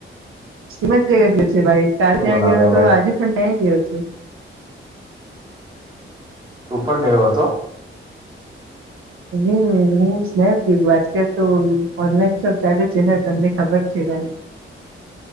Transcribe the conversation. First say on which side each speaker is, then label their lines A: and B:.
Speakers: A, on the right; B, on the right.
A: મજ્જા <unintelligible> ભાઈ કાલ
B: નહી
A: ત્યાં
B: બોલાવ્યા
A: ગયો તો
B: ભાઈ
A: આજે પણ ત્યાંય ગયો છે.
B: તું પણ ગયો હતો?
A: હ હું સ્નેપ ગું આજકાલ તો ઓનલાઈન સબ ચાલે છે, ને તમને ખબર છે ભાઈ <inaudible>